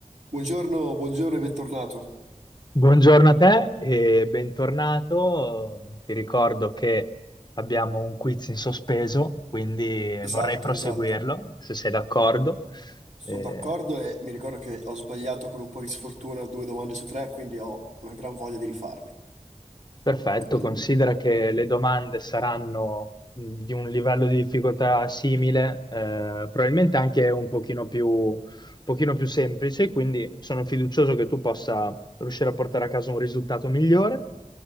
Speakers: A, on the right; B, on the left.
A: Buongiorno, buongiorno e bentornato.
B: Buongiorno a te e bentornato. Ti ricordo che abbiamo un quiz in sospeso, quindi
A: Esatto,
B: vorrei proseguirlo,
A: esatto.
B: se sei d'accordo.
A: Sono
B: Eh,
A: d'accordo e mi ricordo che ho sbagliato con un po' di sfortuna due domande su tre, quindi ho una gran voglia di rifarmi.
B: Perfetto,
A: <clears throat>
B: considera che le domande saranno mh, di un livello di difficoltà simile, eh, probabilmente anche un pochino più, un pochino più semplice, quindi sono fiducioso che tu possa riuscire a portare a casa un risultato migliore.